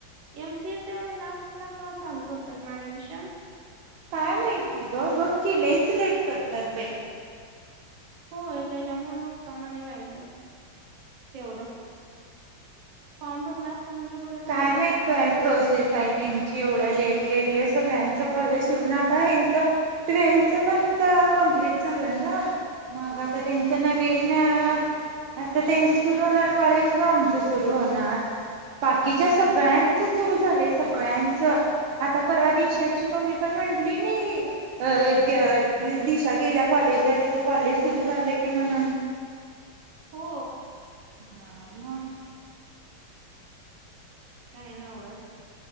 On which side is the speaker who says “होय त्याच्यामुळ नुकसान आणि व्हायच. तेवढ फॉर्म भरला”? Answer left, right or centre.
Right